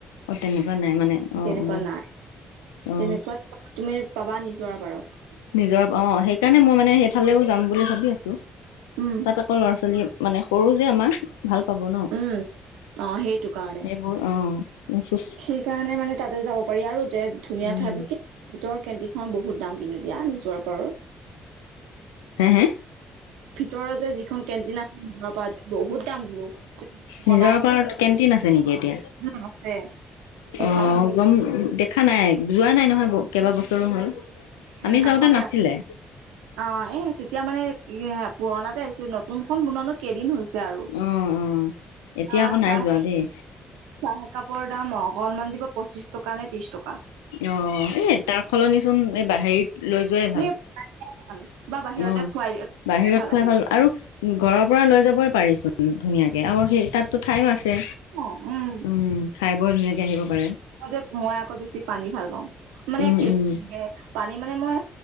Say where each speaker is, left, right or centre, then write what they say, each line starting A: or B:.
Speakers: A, on the left; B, on the right.
A: অ তেনেকুৱা নাই মানে অ
B: তেনেকুৱা
A: অ।
B: নাই
A: অ
B: তেনেকুৱা তুমি পাবা নিজৰা পাৰত।
A: নিজৰ অ সেইকাৰণে মই মানে সেইফালেও যাম বুলি ভাবি আছোঁ। তাত
B: উম,
A: আকৌ ল'ৰা ছোৱালী মানে সৰু যে আমাৰ ভাল পাব ন
B: উম অ সেইটো কাৰণে
A: সেইবোৰ অ চুচ
B: সেইকাৰণে মানে তাতে যাব পাৰি আৰু দে ধুনীয়া
A: উম
B: ঠাই কি ভিতৰ কে দী খন বহুত দাম কিন্তু এতিয়া নিজৰা পাৰৰ
A: হে হে
B: তোৰ যে যিখন কেণ্টিন <unintelligible> বহুত দাম বোলো, বনাই
A: নিজৰ
B: নিয়া
A: পাৰত কেণ্টিন আছে নেকি এতিয়া।
B: উম আছে। এখন
A: অ গম দেখা নাই যোৱা নাই নহয় কেইবা বছৰো হ'ল। আমি
B: উম কাষতে
A: যাওঁতে নাছিলে
B: আছে অ এ তেতিয়া মানে এ পুৰণাতে আহিছো নতুন খন বনোৱা নো কেইদিন হৈছ- আৰু
A: অ', অ', এতিয়া
B: চাহ
A: আকৌ নাই যোৱা দেই
B: চাহ কাপোৰৰ দাম অকণনমান দিব পঁচিশ টকা নে ত্ৰিশ টকা।
A: অ এ তাৰ সলনিচোন এই বা হেৰিত লৈ যোৱাই
B: সেই
A: ভাল।
B: ভাল বা বাহিৰতে
A: অ
B: খুৱাই দিয়ে
A: বাহিৰত খুৱাই
B: আহি
A: ভাল আৰু ঘৰৰ পৰা লৈ যাবই পাৰে চোন। সি আৰু সেই তাতো ঠাইও আছে
B: উম
A: উম খাই বৰ ধুনীয়াকে আহিব পাৰে।
B: ম যে মই আকৌ বেছি পানী ভাল পাওঁ মানে
A: উম,
B: কে-
A: উম,
B: এ পানী মানে মই